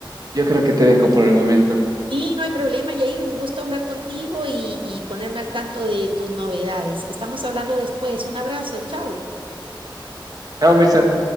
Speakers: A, on the right; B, on the right.
A: yo creo que te dejo por el momento.
B: Sí, no hay problema, Yair. Un gusto hablar contigo y, y ponerme al tanto de tus novedades. Estamos hablando después. Un abrazo, chao.
A: Chao, Mirza.